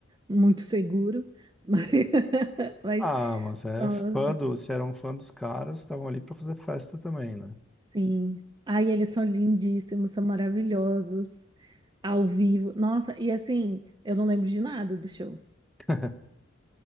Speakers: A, on the right (about 20°); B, in the centre.
A: muito seguro, mas, <laughs> mas
B: Ah, mas é
A: nossa,
B: fã do, se era um fã dos caras, estavam ali pra fazer festa também, né?
A: sim. Ai, eles são lindíssimos, são maravilhosos, ao vivo. Nossa, e assim, eu não lembro de nada do show.
B: <laughs>